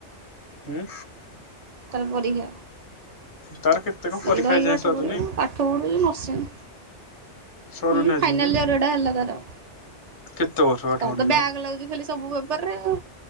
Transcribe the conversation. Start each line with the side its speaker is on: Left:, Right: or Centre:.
Left: ହୁଁ।
Right: ତାର ପରୀକ୍ଷା।
Left: ତାର କେତେ କଣ
Right: ସିଏ
Left: ପରୀକ୍ଷା
Right: ରହିକି
Left: ଏଯାଏଁ
Right: ପାଠ
Left: ସରୁନି
Right: ପଢିବ ପାଠ ପଢ଼ୁଚି ନର୍ସିଂ।
Left: ସରୁନି
Right: ହୁଁ
Left: ଆଜି
Right: ଫାଇନଲ
Left: ଯାଙ୍କେ
Right: ଇୟର ଏଇଟା ହେଲା ତାର।
Left: କେତେ ବର୍ଷ ପାଠ
Right: ତାର
Left: ପଢିଯିବ
Right: ତ ବ୍ୟାକ ଲାଗୁଛି ଖାଲି ସବୁ ପେପାର ରେ ଆଉ